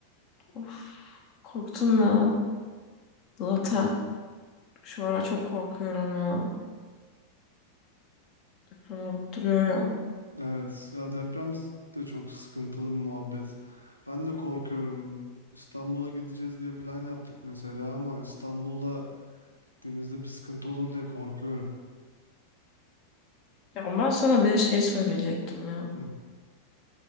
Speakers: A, on the left; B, on the right.
A: Of korktum ya. Zaten
B: Yok.
A: şu ara çok korkuyorum ya. Deprem olup duruyor ya.
B: Evet ya deprem de çok sıkıntılı bir muhabbet. Ben de korkuyorum. İstanbul'a gideceğiz diye plan yaptık mesela ama İstanbul'da gittiğimizde bir sıkıntı olur diye korkuyorum.
A: Ya ben sana bir de şey söyleyecektim ya.
B: Hı